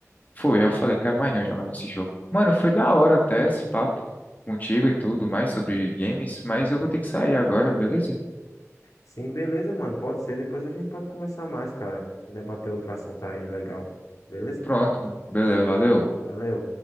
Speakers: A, on the left (about 30°); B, on the left (about 80°).
A: Foi, eu falei, quero mais não jogar nesse jogo. Mano, foi da hora até esse papo contigo e tudo mais sobre games, mas eu vou ter que sair agora, beleza?
B: Sim, beleza, mano. Pode ser. Depois a gente pode conversar mais, cara. E debater outro assunto aí legal. Beleza?
A: Pronto, mano. Beleza, valeu.
B: Valeu.